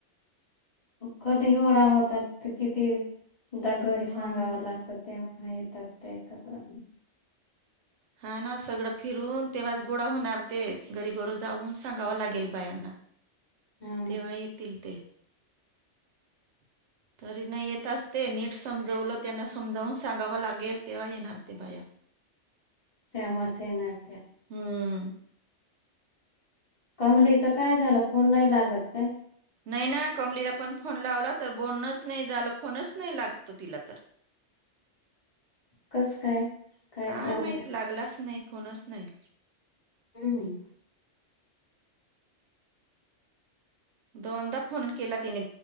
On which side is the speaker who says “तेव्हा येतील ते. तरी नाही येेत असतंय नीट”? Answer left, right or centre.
Right